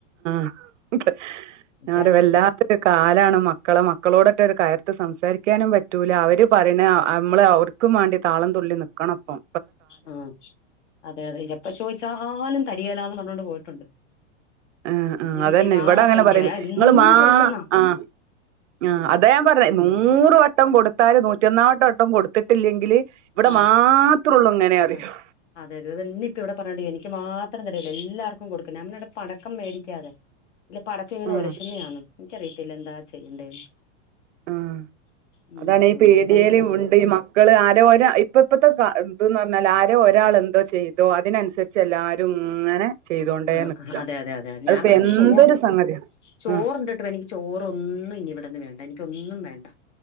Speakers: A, on the right (about 85°); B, on the left (about 75°).
A: പറയാ
B: ഞാനാ
A: ഒരു വല്ലാ ഒരു കാലാണ് മക്കളെ മക്കളോടൊക്കെ ഒന്ന് കയർത്ത് സംസാരിക്കാനും പറ്റൂല അവര് പറയണ നമ്മള് ക്കും വാണ്ടി താളം തുള്ളി നിക്കണപ്പം
B: ആ അതെ അതെ ഇതപ്പ ചോദിച്ചാലും തരിയെലാന്ന് പറഞ്ഞോണ്ട് പോയിട്ടുണ്ട്
A: ആ ആ
B: ഈ വീട്ടിൽ
A: അതന്നെ
B: മാത്രം
A: ഇവിടെ അങ്ങനെ
B: എനിക്ക്
A: പറയലേ
B: വേ- എന്നും
A: നിങ്ങള് മാ
B: കൊടുക്കുന്നാ
A: ആ ആ്
B: ഉം
A: അതാ ഞാ പർഞ്ഞേ നൂറ് വട്ടം കൊടുത്താല് നൂറ്റൊന്നാം വട്ടം വട്ടം കൊടുത്തിട്ടില്ലെങ്കില് ഇവിടെ
B: ആ
A: മാത്ര ത്രള്ളൂങ്ങനെ പറയും
B: ആ അതെ അതന്നെ ഇപ്പ ഇവിടെ പറഞ്ഞു എനിക്ക് മാത്രം തരില്ല എല്ലർക്കും കൊടുക്ക ഞമ്മടെ പടക്കം മേടിക്കാതേ ഇല്ല പടക്കം ഇങ്ങനെ
A: ഉം
B: ഒരശുന്നാണ് എനിക്കറിയത്തില്ല എന്താ ചെയ്യണ്ടേന്ന്
A: ആ
B: ഉം
A: അതാണേ
B: ഇത്
A: പീടിയെൽ
B: നിർബന്ധം
A: ഉണ്ട് മക്ക ക്കൾ ആരോ ഒരാൾ ആ ഇപ്പ ഇപ്പത്തെ ത്ന്ന് പറഞ്ഞാൽ ആരെ ഒരാൾ എന്തോ ചെയ്തോ അതിനനുസരി ച്ചെല്ലാരും ഇങ്ങനെ ചെയ്തോണ്ടേ
B: ആ
A: നിക്ക
B: അതെ അതെ അതെ
A: അതിപ്പോ
B: ഞാൻ പറിന്ന
A: എന്തൊരു
B: ചോ
A: സംഗതിയാ
B: ചോറുണ്ടിട്ടും
A: ആഹ്
B: എനിക്ക് ചോറൊന്നും ഇനി ഇവിട്ന്ന് വേണ്ട എനിക്കൊന്നും വേണ്ട